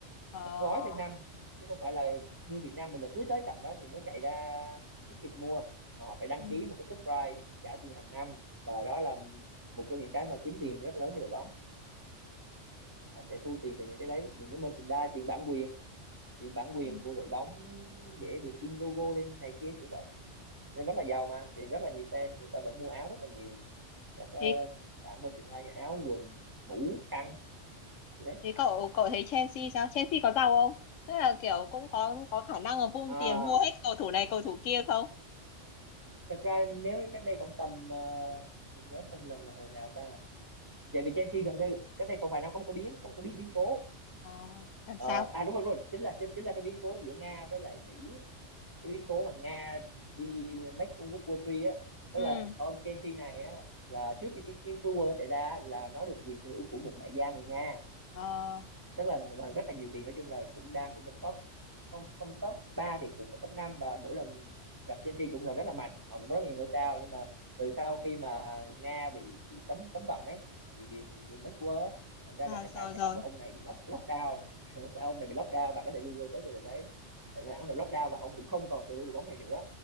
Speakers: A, on the left; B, on the right.
A: Ờ
B: các gói theo năm chứ không phải là như Việt Nam mình là cứ tới trận đó thì mới chạy ra ticket mua mà họ phải đăng
A: ừ.
B: ký một cái subscribe trả tiền hàng năm và đó là một trong những cái mà kiếm tiền rất lớn cho đội bóng họ sẽ thu tiền từ những cái đấy những cái merchandise tiền bản quyền tiền bản quyền
A: Ừ.
B: của đội bóng để được in logo lên này kia kiểu vậy nên rất là giàu mà vì rất là nhiều fan người ta vẫn mua áo rất là nhiều các ờ,
A: thế
B: bạn merchandise áo quần mũ khăn gì đấy
A: Thế cậu cậu thấy Chelsea sao? Chelsea có giàu không? Tức là kiểu cũng có có khả năng là vung
B: à,
A: tiền mua hết cầu thủ này cầu thủ kia không?
B: thật ra nếu cách đây khoảng tầm ờ, mình nhớ không lầm là hồi nào ta chạy vì Chelsea gần đây cách đây còn vài năm có một cái biến có một cái biến biến cố
A: Ờ, làm
B: Ờ,
A: sao?
B: à đúng rồi, đúng rồi chính là chính, chính là cái biến cố giữa Nga với lại Mỹ cái biến cố mà Nga đi make World War III á tức
A: Ừ.
B: là ông Chelsea này á là trước khi cái cái cái war xảy ra á, là nó được quyền sở hữu của một đại gia người Nga
A: Ờ,
B: tức là và rất là nhiều tiền nói chung là cũng đang cũng là top không không top 3 thì cũng phải top năm và mỗi lần gặp Chelsea cũng là rất là mạnh họ cũng có rất nhiều ngôi sao nhưng mà từ sau khi mà Nga bị, bị cấm cấm vận ấy vì vì, vì mấy quơ thành ra
A: à,
B: là cái
A: rồi
B: tài sản
A: rồi.
B: của ông này bị lock lockdown <laughs> ông này bị lockdown bạn có thể Google tới thì sẽ thấy tài sản rồi lockdown và ông cũng không còn sở hữu đội bóng này nữa